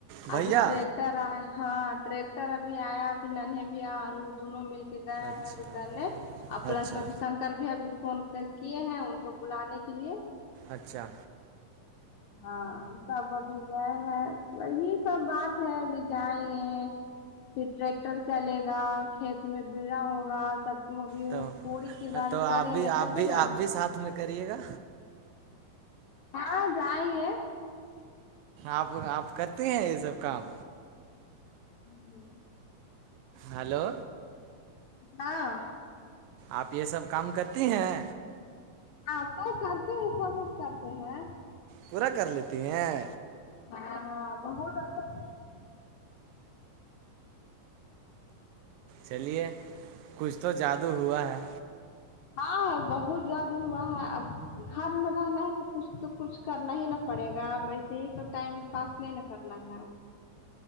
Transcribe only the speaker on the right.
بھیا
اچھا
اچھا
اچھا
تو
تو آپ
بھی
آپ
بھی
آپ بھی ساتھ میں کریے گا
آپ آپ کرتے ہیں یے سب کام
ہلو
آپ یے سب کام کرتی ہیں
پورا کر لیتی ہیں
چلیے کچھ تو جادو ہوا ہے